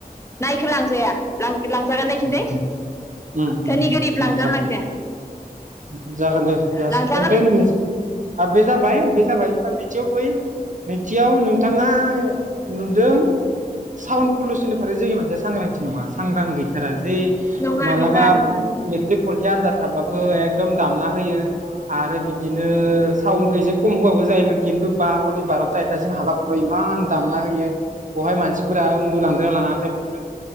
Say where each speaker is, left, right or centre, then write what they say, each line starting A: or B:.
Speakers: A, on the left; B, on the right.
A: नायखो लांजाया लां-लांजागोन ना <unintelligible>
B: ओम ओम
A: धोनि गोरिब लांजागोन
B: ओम जायो।
A: लांजाया
B: जागोन दे जासिगोन
A: लांजागोन
B: ओमफाय <unintelligible> बे जाबाय बे जाबाय। बिथियाव फै नैथियाव नोंथाङा नुदों साउन्ड पलिउसननि फारै जोंनि मनसिया सांग्रांथि नङा सांग्रां गैथारा। बै
A: नङा
B: मालाबा
A: नङा नङा नङा
B: मेट्रिक फरिखा आनजाद थाबाबो एक दामना होयो आरो बिदिनो सउन। एसे खम होबाबो जायोमोन खिन्थु। बा हरनि बारथा एथासिम हाबाफोर बायदि इमान। दामना होयो बावहाय मानसिफोरा उन्दु लांदोंना लाङाखै बि